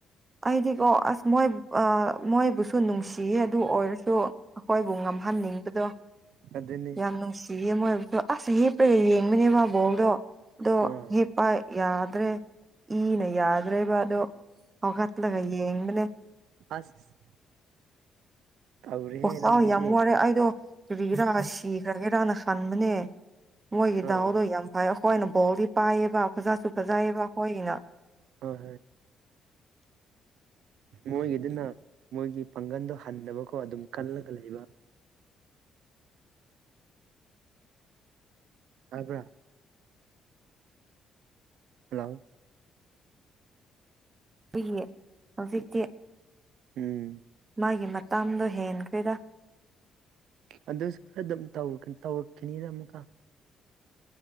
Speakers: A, on the right (about 30°); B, on the right (about 80°).
A: ꯑꯗꯤꯤ ꯀ ꯑꯁ ꯃꯣꯏ ꯑ ꯃꯣꯏ ꯁꯨ ꯅꯨꯡꯁꯤꯌꯦ ꯑꯗꯨ ꯑꯣꯏꯔꯁꯨ ꯑꯩꯈꯣꯏꯕꯨ ꯉꯝꯍꯟꯅꯤꯡꯕꯗꯣ
B: ꯑꯗꯨꯅꯤ
A: ꯌꯥꯝ ꯅꯨꯡꯁꯤꯌꯦ ꯦꯝ ꯑꯣꯏꯕꯗꯣ ꯑꯁ ꯍꯤꯞꯄꯦ ꯌꯦꯡꯕꯅꯦ ꯃꯥ ꯕꯧꯗꯣ ꯑꯗꯣ
B: ꯑꯥ
A: ꯍꯦꯛꯞꯄ ꯌꯥꯗ꯭ꯔꯦ ꯏꯅ ꯌꯥꯗ꯭ꯔꯦꯕꯗꯣ ꯑꯣꯒꯥꯠꯂ ꯀꯩꯦ ꯏꯂ
B: ꯑꯁ ꯇꯧꯔꯦꯍꯦ
A: ꯑꯣꯥꯎ
B: ꯅꯪꯁꯤꯗꯤ
A: ꯌꯥꯝ ꯋꯥꯔꯦ ꯑꯩꯗꯣ ꯀ ꯏ ꯔꯥ ꯁꯤꯈ꯭ꯔꯒꯦꯔꯥꯅ ꯁꯟꯕꯅꯦ ꯃꯣꯏꯒꯤ
B: ꯑꯣ
A: ꯗꯥꯎꯗꯣ ꯌꯥꯝ ꯐꯩ ꯑꯩꯈꯣꯏꯅ ꯕꯣꯜꯗꯤ ꯄꯥꯏꯌꯦꯕ ꯐꯖꯥꯁꯨ ꯐꯖꯩꯌꯦꯕ ꯑꯩꯣꯏꯒꯤꯅ
B: ꯍꯣꯏ ꯍꯣꯏ ꯃꯣꯏꯒꯤꯗꯨꯅ ꯃꯣꯏꯒꯤ ꯄꯥꯡꯒꯜꯗꯣ ꯍꯟꯗꯕꯀꯣ ꯑꯗꯨꯝ ꯀꯜꯂꯒ ꯂꯩꯕ
A: ꯑ
B: ꯍꯥꯏꯕ꯭ꯔꯥ ꯍꯜꯂꯣ
A: ꯑꯩ ꯍꯧꯖꯤꯛꯇꯤ
B: ꯎꯝ
A: ꯃꯥꯒꯤ ꯃꯇꯥꯡꯗꯣ ꯍꯦꯟꯈ꯭ꯔꯦꯗ
B: ꯑꯗꯨꯁꯨ ꯈꯔ ꯑꯗꯨꯝ ꯇꯧꯔꯛꯈꯤꯅꯤꯅ ꯑꯃꯨꯛꯀ